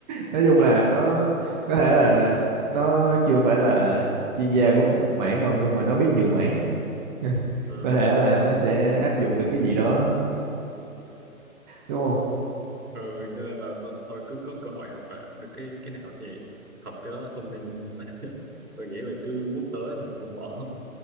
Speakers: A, on the right; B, on the right.
A: nói chung
B: Ờ,
A: là nó có thể là nó chưa phải là chuyên gia của một mảng đâu nhưng mà nó biết nhiều mảng <laughs>
B: ừ,
A: có thể là
B: ừ.
A: nó sẽ áp dụng được cái gì đó đúng không
B: ừ cho nên là tôi- thôi cứ có cơ hội học mà được cái cái nào thì học cái đó không nên <laughs> tôi nghĩ là cứ quốc tế thôi không bỏ